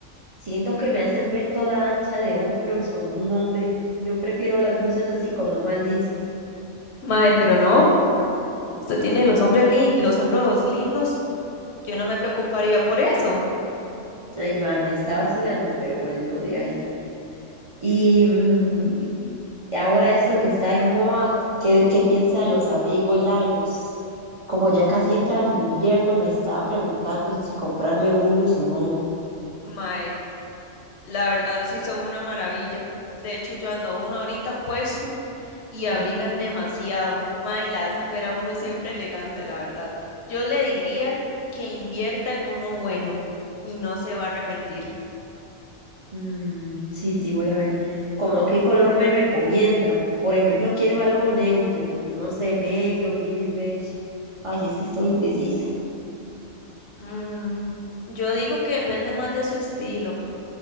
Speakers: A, on the right; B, on the left.
A: Siento que me hacen ver toda ancha de hombros como un hombre. Yo prefiero las blusas así como más lisas.
B: Mae, pero no. Usted tiene los hombres li- los hombros lindos. Yo no me preocuparía por eso.
A: Ay, ma, me está vacilando, pero bueno, de ahí. Y, mm, Ahora esto que está en moda, ¿qué, qué piensa de los abrigos largos? Como ya casi entra el invierno, me estaba preguntando si comprarme unos o no.
B: Mae, la verdad sí son una maravilla. De hecho, yo ando uno ahorita puesto y abrigan
A: Ajá.
B: demasiado. Mae, y la hacen ver a uno siempre elegante, la verdad. Yo le diría que invierta en uno bueno y no se va a arrepentir.
A: Mm, sí, sí, voy a ver. ¿Cómo qué color me recomienda? Por ejemplo, quiero algo neutro, como no sé, negro, gris, beige. Ay, es que estoy indecisa.
B: Mm, yo digo que depende más de su estilo,